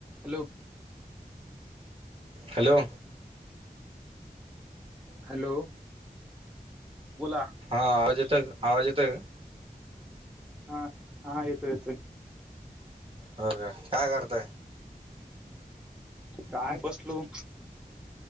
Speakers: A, in the centre; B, on the right (about 35°).
A: Hello.
B: Hello
A: hello. बोला.
B: हा आवाज येतो का आवाज येतो का?
A: हा हा, येतो येतो य.
B: हो का, काय करताय?
A: काय बसलू.